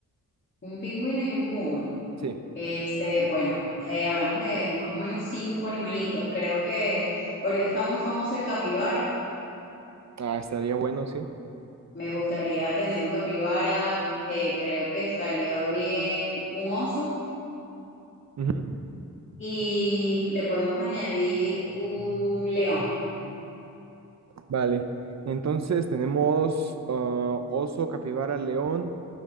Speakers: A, on the left; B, on the right.
A: un pingüino y un puma.
B: sí.
A: Este, bueno, eh, hablamos de más o menos cinco animalitos, creo que ahorita está muy famoso el capibara
B: Ah, estaría bueno, sí.
A: Me gustaría tener un capibara, eh, creo que estaría bien un oso
B: Ujú,
A: y le podemos añadir un león.
B: Vale. Entonces tenemos ah, oso, capibara, león.